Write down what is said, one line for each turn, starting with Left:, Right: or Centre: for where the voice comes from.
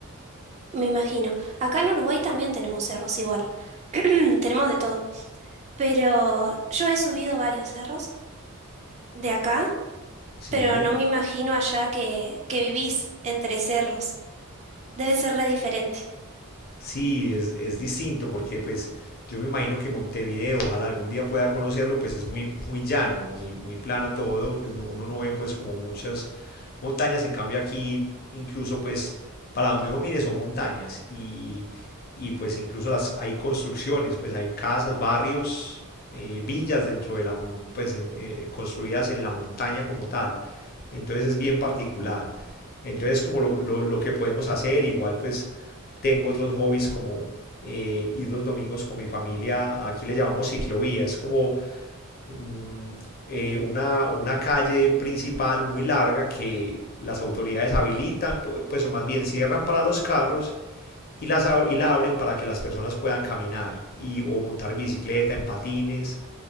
Right: me imagino. Acá en Uruguay también tenemos cerros igual. <clears throat> Tenemos de todo. Pero yo he subido varios cerros de acá,
Left: Sí,
Right: pero no me imagino allá que, que vivís entre cerros. Debe ser re diferente.
Left: Sí, es, es distinto porque pues yo me imagino que Montevideo, ojalá algún día pueda conocerlo, pues es muy, muy llano, muy, muy plano todo, pues no- uno no ve pues como muchas montañas, en cambio aquí incluso pues para donde uno mire son montañas y, y, pues incluso las, hay construcciones, pues hay casas, barrios, eh, villas dentro de la, mon- pues en- eh, construidas en la montaña como tal, entonces es bien particular. Entonces, como lo, lo- lo que podemos hacer, igual pues tengo otros hobbies como eh, ir los domingos con mi familia, aquí le llamamos ciclovía, es como mm, eh, una, una calle principal muy larga que las autoridades habilitan, pu- pues o más bien cierran para los carros y, las, ab- y la abren para que las personas puedan caminar y, o montar bicicleta, en patines,